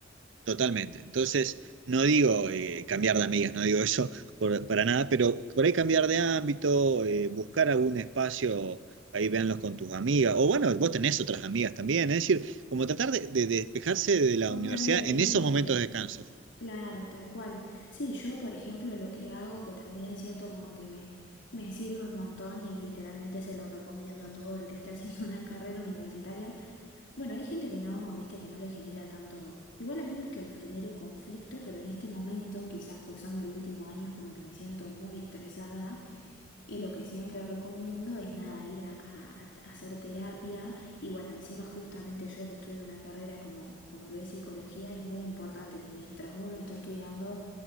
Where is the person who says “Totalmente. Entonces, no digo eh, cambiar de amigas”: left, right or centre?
Right